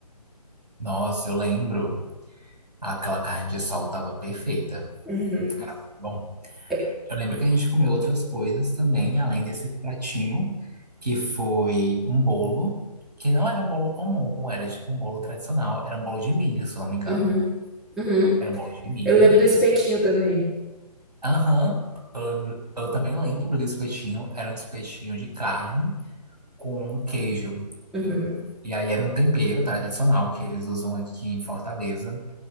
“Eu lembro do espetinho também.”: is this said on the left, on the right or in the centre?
Centre